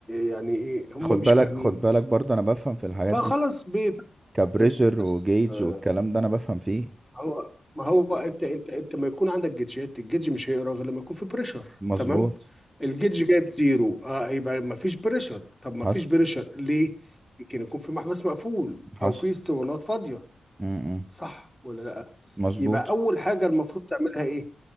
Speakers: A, in the centre; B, on the right (about 25°).
A: يعني ايه هم
B: خد
A: مش
B: بالك
A: فاهمين
B: خد بالك برضه انا بفهم في الحاجات
A: فخلاص
B: دي
A: بي-
B: كبريشر
A: بس
B: وجيج
A: آه،
B: والكلام ده انا بفهم فيه
A: هو ما هو انت انت انت ما يكون عندك جيتشات الجيتش مش هيقرا غير لما يكون في بريشر
B: مظبوط
A: تمام الجيتش جايب زيرو اه يبقى ما فيش بريشر طب ما
B: حصل
A: فيش بريشر ليه؟ يمكن يكون في محبس مقفول
B: حصل
A: او في اسطوانات فاضية
B: امم
A: صح ولا لا؟
B: مظبوط
A: يبقى اول حاجة المفروض تعملها ايه؟